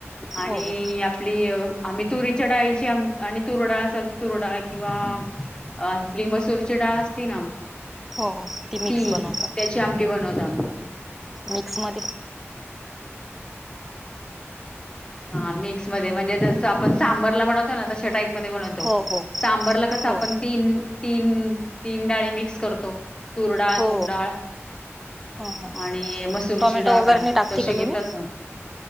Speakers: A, on the left (about 20°); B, in the centre.
A: आणि
B: हो हो
A: आपली आम्ही तुरीच्या डाळीची आणि तुरडाळ असल तूर डाळ किंवा आपली मसूरची डाळ असती ना.
B: हो हो मिक्स
A: ती
B: बनवता
A: त्याची आमटी बनवतो आम्ही.
B: मिक्स मधे
A: हा मिक्स मध्ये म्हणजे, जसं आपण सांबरला बनवतो. ना तशा टाईप मधे बनवतो.
B: हो हो
A: सांबरला कस आपण
B: हो
A: तीन तीन तीन डाळी मिक्स करतो तूर डाळ
B: हो
A: मुगडाळ.
B: ह ह
A: आणि मसूरची
B: टोमॅटो
A: डाळ
B: वगैरे नाही टाकते
A: तसे
B: का
A: घेतच.
B: तुम्ही